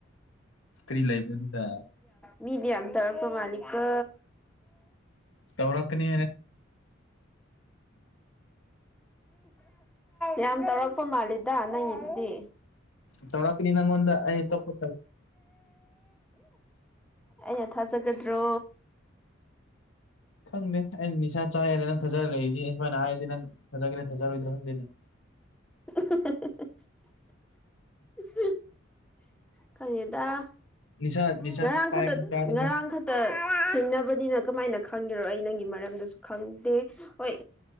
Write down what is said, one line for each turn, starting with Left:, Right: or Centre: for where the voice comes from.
Left: ꯀꯔꯤ ꯂꯕꯗꯨꯗ
Centre: ꯃꯤ ꯗ ꯌꯥꯝꯅ ꯇꯧꯔꯛꯄ ꯃꯥꯂꯤꯀꯣ
Left: ꯇꯧꯔ ꯀꯅꯤ
Centre: ꯌꯥꯝ ꯇꯧꯔꯛꯄ ꯃꯥꯜꯂꯤꯗ ꯅꯪꯒꯤꯗꯨꯗꯤ
Left: ꯇꯧꯔꯛ ꯀꯅꯤ ꯅꯪꯉꯣꯟꯗ ꯑꯩ ꯑꯇꯣꯞꯄ
Centre: ꯑꯩꯅ ꯊꯥꯖꯒꯗ꯭ꯔꯣ
Left: ꯈꯪꯗꯦ ꯑꯩ ꯅꯤꯁꯥ ꯆꯥꯏꯈꯔꯦ ꯅꯪ ꯊꯖꯔ ꯂꯩꯏꯗꯤ ꯑꯩ ꯁꯨꯃꯥꯏꯅ ꯍꯥꯏꯔꯗꯤ ꯅꯪ ꯊꯥꯖꯔꯣꯢꯔ ꯊꯥꯖꯔꯣꯏꯗ꯭ꯔꯥ ꯈꯪꯗꯦ <unintelligible> <inaudible>
Centre: <unintelligible> <inaudible> <unintelligible> <inaudible> ꯈꯪꯗꯦꯗꯥ
Left: ꯅꯤꯁꯥ ꯅꯤꯁꯥ
Centre: ꯉꯔꯥꯡ
Left: ꯄꯥꯏꯕ
Centre: ꯈꯛꯇ
Left: ꯆꯥꯗꯦꯗ
Centre: ꯉꯔꯥꯡ ꯈꯛꯇ ꯊꯦꯡꯅꯕꯅꯤꯅ ꯀꯃꯥꯏꯅ ꯈꯪꯗꯔꯣ ꯑꯩ ꯅꯪꯒꯤ ꯃꯔꯝꯗꯁꯨ ꯈꯪꯗꯦ ꯍꯣꯏ